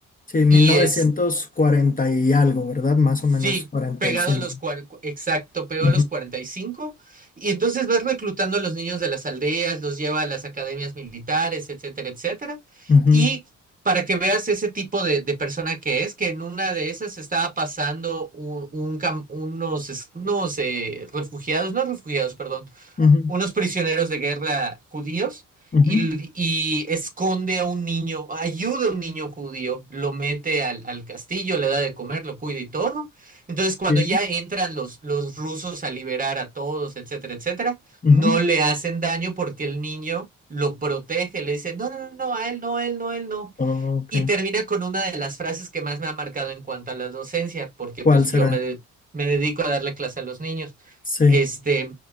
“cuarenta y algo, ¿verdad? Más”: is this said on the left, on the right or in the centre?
Left